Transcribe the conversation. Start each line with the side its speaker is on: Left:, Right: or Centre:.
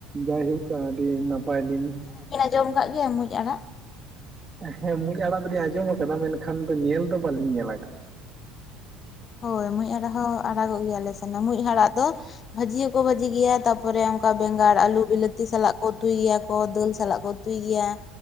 Right: ᱡᱟᱭ ᱦᱚᱠ ᱟᱹᱰᱤ ᱱᱟᱯᱟᱭᱞᱤᱧ
Left: ᱡᱚᱢ ᱠᱟᱜ ᱜᱮᱭᱟᱢ ᱢᱩᱡ ᱟᱲᱟᱜ?
Right: ᱦᱮᱸ ᱢᱩᱡ ᱟᱲᱟᱜ ᱫᱚᱞᱤᱧ ᱟᱸᱡᱚᱢ ᱟᱠᱟᱫᱟ ᱢᱮᱱᱠᱷᱟᱱ ᱫᱚ ᱧᱮᱞ ᱫᱚ ᱵᱟᱞᱤᱧ ᱧᱮᱞ ᱟᱠᱟᱫᱟ᱾
Left: ᱦᱚᱭ ᱢᱩᱡ ᱟᱲᱟᱜ ᱦᱚᱸ ᱟᱲᱟᱜᱚᱜ ᱜᱮᱭᱟ ᱟᱞᱮ ᱥᱮᱱ ᱢᱩᱡ ᱟᱟᱲᱟᱜ ᱫᱚ ᱵᱷᱟᱹᱡᱤᱭᱟᱹ ᱦᱚᱸᱠᱚ ᱵᱷᱟᱹᱡᱤ ᱜᱮᱭᱟ ᱛᱟᱯᱚᱨᱮ ᱚᱱᱠᱟ ᱵᱮᱸᱜᱟᱲ ᱟᱹᱞᱩ ᱵᱤᱞᱟᱹᱛᱤ ᱥᱟᱞᱟᱜ ᱠᱚ ᱩᱛᱩᱭ ᱜᱮᱭᱟ ᱠᱚ ᱫᱟᱹᱞ ᱥᱟᱞᱟᱜ ᱠᱚ᱾ ᱩᱛᱩᱭ ᱜᱮᱭᱟ